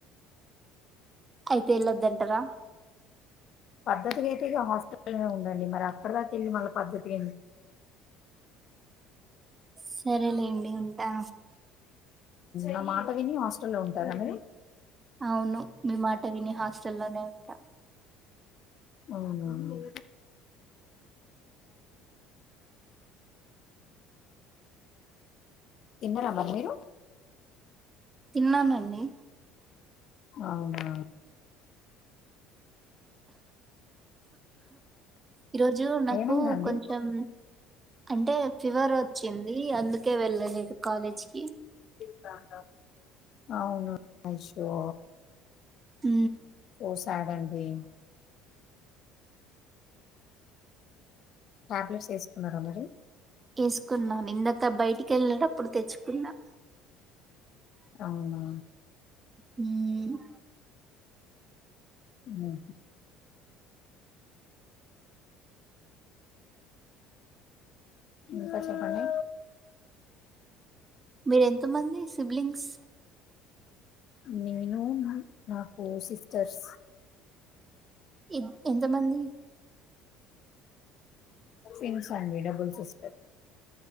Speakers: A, on the right; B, on the left.
A: అయితే ఎల్లోడంతరా
B: పద్ధతికి అయితే ఇక హాస్టల్నే ఉండండి మరి అక్కడ దాక వెళ్ళి మళ్ళీ పద్ధతికి ఏంటి
A: సరేలేండి ఉంటా
B: నా మాట విని హాస్టల్ల్లో ఉంటారా మీరు
A: అవును మీ మాట విని హాస్టల్లోనే ఉంటా
B: అవునా ఉమ్మ్ తిన్నరా మరి మీరు
A: తిన్నానండి
B: అవునా
A: ఈరోజు నాకు
B: ఏమైందండి
A: కొంచెం అంటే ఫీవర్ వచ్చింది అందుకే వెళ్ళలేదు కాలేజ్ కి
B: <unintelligible> అవును అషో
A: ఊ
B: వస్తాడండి టాబ్లెట్స్ వేసుకున్నారా మరి
A: వేసుకున్నాను ఇందాక బయటికి వెళ్ళడప్ ఆప్పుడు తెచ్చుకున్నా
B: అవునా
A: హు
B: ఉహు ఇంకా చెప్పండి
A: మీరు ఎంత మంది సిబ్లింగ్స్
B: నేను నాకు సిస్టర్స్
A: ఎ ఎంత మంది
B: ట్విన్స్ అండి డబుల్ సిస్టర్